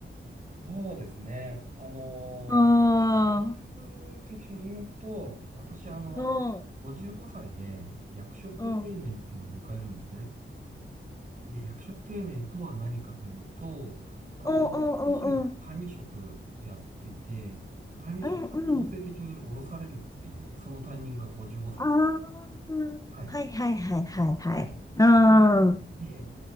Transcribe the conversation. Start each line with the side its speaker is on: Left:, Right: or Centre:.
Right: そうですね。あのー、
Left: うーん。
Right: 直接的に言うと、私、あの、
Left: うん。うん。
Right: 55歳で役職定年っていうのを迎えるんですね。
Left: うん。
Right: で、役職定年とは何かというと、あの、
Left: うん。う
Right: 私今、
Left: ん。うん。
Right: 管理職やってて、管理職が強制的に降ろされるっていう、
Left: うんうん。
Right: そのタイミングが55歳になる。
Left: ああ、
Right: はい、
Left: はいはいはいはいはい。
Right: はい。
Left: うん。
Right: で、